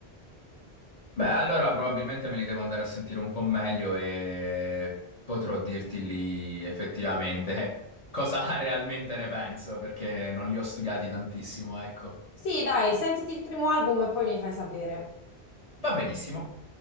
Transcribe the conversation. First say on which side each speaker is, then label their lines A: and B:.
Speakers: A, on the left; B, on the left.
A: Beh, allora probabilmente me li devo andare a sentire un po' meglio e potrò dirti lì effettivamente cosa <laughs> realmente ne penso, perché non li ho studiati tantissimo, ecco.
B: Sì, dai, sentiti il primo album e poi mi fai sapere.
A: Va benissimo.